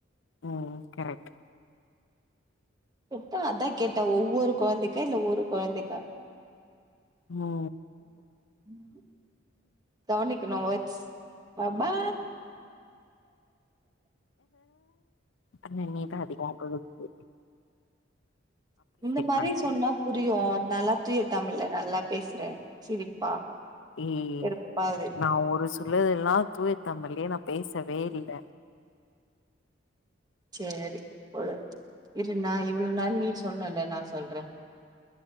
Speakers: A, on the left; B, on the right.
A: ம் கரெக்ட்
B: மொத்தோ அதா கேட்ட ஒவ்வொரு கொழந்தைக்கா இல்ல ஒரு கொழந்தைக்கானு
A: மோ
B: ம் ஹு கவனிக்கனு வேல்ஸ் பப்பா
A: ஆனா நீதா அதிகமா பொறுப்பு
B: இந்த மாரி
A: பண்றோ
B: சொன்னா புரியூ நல்லா தூய தமிழ்ல நல்லா பேசுறே சிரிப்பா
A: ஏய்
B: வெறுப்பாவுது
A: நா ஒரு சிலதெல்லா தூயத்தமிழ்லயே நா பேசவே இல்ல
B: சேரி பொறு இரு நா இவ்ளோ நேரோ நீ சொன்னல நா சொல்றே